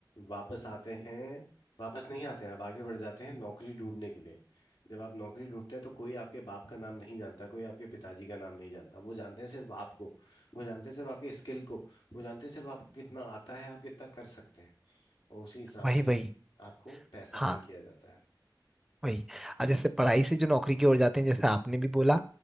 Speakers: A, on the left (about 85°); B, in the centre.
A: वापस आते हैं वापस नहीं आते हैं आप आगे बढ़ जाते हैं नौकरी ढूंढने के लिए जब आप नौकरी ढूंढते हैं तो कोई आपके बाप का नाम नहीं जानता कोई आपके पिताजी का नाम नहीं जानता वो जानते हैं सिर्फ आपको वो जानते हैं सिर्फ आपके स्किल को वो जानते हैं सिर्फ आपको कितना आता है आप कितना कर सकते हैं और उसी हिसाब
B: वही
A: से
B: वही
A: आपको पैसा
B: हाँ
A: पे किया जाता है
B: वही अब जैसे पढ़ाई से जो नौकरी की ओर जाते हैं जैसे आपने भी बोला